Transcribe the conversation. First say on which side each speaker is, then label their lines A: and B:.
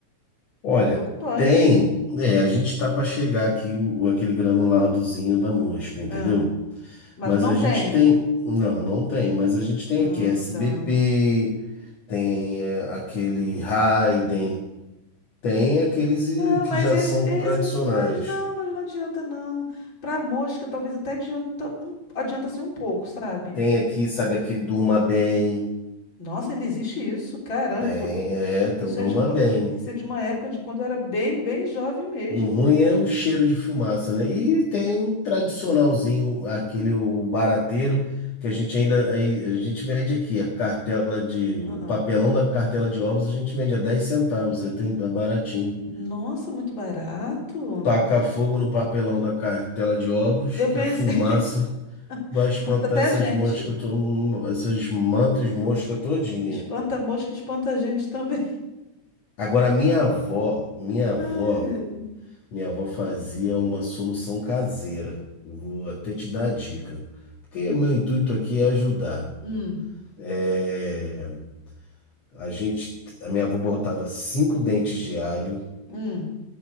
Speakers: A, on the left; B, on the left.
A: Olha,
B: É preocupante.
A: tem, é, a gente tá para chegar aqui o, aquele granuladozinho da mosca, entendeu?
B: Ah, mas
A: Mas
B: não
A: a gente
B: tem.
A: tem, não, não tem, mas a gente tem
B: Ah,
A: aqui SBP,
B: tá.
A: tem é, aquele Raiden, tem aqueles eh,
B: Não,
A: que
B: mas
A: já
B: esse-
A: são
B: esses.
A: tradicionais.
B: Mas não, mas não adianta, não. Pra mosca, talvez até adianta um, adianta assim um pouco, sabe?
A: Tem aqui, sabe, aquele durma bem.
B: Nossa, ainda existe isso? Caramba,
A: Tem, é, tem
B: isso
A: um durma
B: é de, qua-
A: bem.
B: isso é de uma época de quando eu era bem, bem jovem mesmo.
A: Um ruim é o cheiro de fumaça, né? E tem um tradicionalzinho, aquele o barateiro, que a gente ainda, aí, a gente vende aqui, a cartela de, o
B: Ah,
A: papelão da cartela de ovos a gente vende a 10 centavos, é tem é baratinho.
B: nossa, muito barato.
A: Taca fogo no papelão da cartela de ovos,
B: Eu
A: que
B: pensei,
A: a fumaça
B: <laughs>
A: vai espantar
B: mata até
A: essas
B: a gente.
A: moscas, to- essas mantas mosca todinha.
B: Espanta a mosca, espanta a gente também.
A: Agora, minha avó, minha avó,
B: <laughs> Ai, ai.
A: Minha avó fazia uma solução caseira. Eu vou até te dar a dica, porque meu intuito aqui é ajudar.
B: Hum,
A: É, a gente, a minha avó botava cinco dentes de alho,
B: hum.